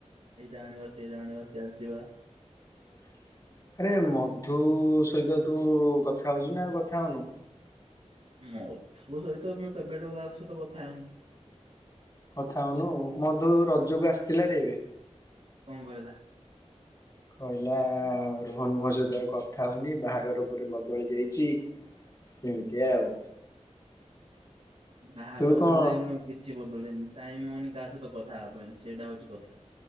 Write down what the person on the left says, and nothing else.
<inaudible> ଆରେ ମଧୁ ସହିତ ତୁ କଥା ହଉଛୁ ନା ଆଉ କଥା ହଉନୁ?
କଥା ହଉନୁ ମଧୁ ରଜକୁ ଆସିଥିଲା ରେ ଏବେ।
କହିଲା ମୋ ସହିତ ଆଉ କଥା ହଉନି ବାହାଘର ପରେ ବଦଳି ଯାଇଛି। ଏମିତି ଆଉ।
ତୁ କଣ